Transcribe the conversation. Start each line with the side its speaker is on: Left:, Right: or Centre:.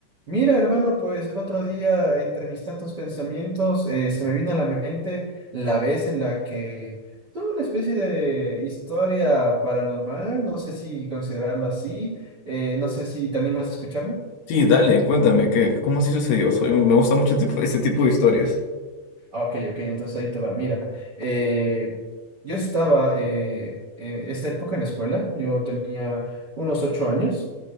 Right: Mira, hermano, pues el otro día, entre mis tantos pensamientos, eh, se me vino a la mente la vez en la que tuve una especie de historia paranormal, no sé si considerarlo así, eh, no sé si te animas a escucharme.
Left: Sí, dale, cuéntame, ¿qué? ¿Cómo así sucedió? Soy, me gusta mucho tipo, este tipo de historias.
Right: Ah, Ok, ok, entonces ahí te va. Mira, eh, yo estaba eh, en esta época en la escuela, yo tenía unos ocho años.